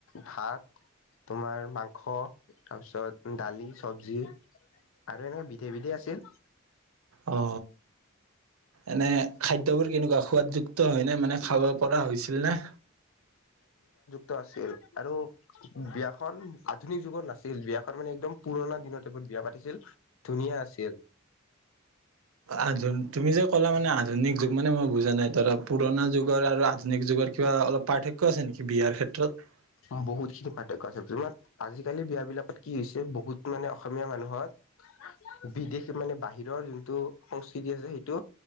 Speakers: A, on the left; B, on the right.
A: ভাত তোমাৰ মাংস তাৰপিছত দালি, চবজি আৰু এনেকে বিধে বিধে আছিল
B: অ, এনে খা দ্যবোৰ কেনেকুৱা, সোৱাদযুক্ত হয়নে মানে খাব কৰা হৈছিল নে?
A: ত আছিল আৰু বিয়াখন আধুনিক যুগত নাছিল, বিয়াখন মানে একদম পুৰণা দিনত এইবোৰ বিয়া পাতিছিল, ধুনীয়া আছিল।
B: আধু তুমি যে ক'লা মানে আধুনিক যুগ মানে মই বুজা নাই ধৰা পুৰণা যুগৰ আৰু জোনাকী যুগত কিবা অলপ পাৰ্থক ক্য আছে নেকি বিয়াৰ ক্ষেত্ৰত?
A: অ বহুতখিনি পাৰ্থক্য আছে যুনত আজিকালিৰ বিয়া বিলাকত কি হৈছে বহুত মানে অসমীয়া মানুহৰ বিদেশ মানে বাহিৰৰ যোনটো সংস্কৃতি আছে সেইটো